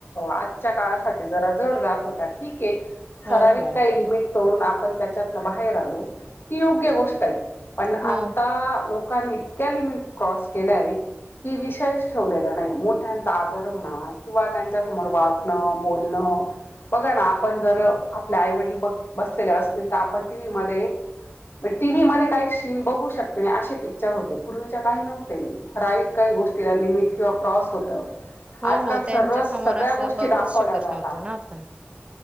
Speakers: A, on the left; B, on the right.
A: आजच्या काळासाठी जरा जड जात होत्या. ठीक
B: हो
A: ठराविक
B: हो
A: काय लिमिट तोडून आपण त्याच्यातनं बाहेर आलो ती योग्य गोष्टाय - पण आता
B: हो
A: लोक लोकांनी इतक्या लिमिट क्रॉस केल्या आहे. की विषयच ठेवलेला नाही मोठ्यांचा आदर होणार किंवा त्यांच्या समोर वागणं बोलणं बघा ना, आपण जर आपले आईवडील ब बसलेले असतील तर आपण टीव्ही मध्ये टीव्ही मध्ये काही शीन बघू शकते नाही, असे पिक्चर होते पूर्वीच्या काही नव्हते ठरावीक काही गोष्टीला लिमिट किंवा क्रॉस होतं.
B: हो
A: आजकाल
B: हो त्यांच्या
A: सर्रास
B: समोर
A: सगळ्या
B: असं
A: गोष्टी
B: बघूच
A: दाखवल्या
B: शकत
A: जातात
B: नव्हतो, ना आपण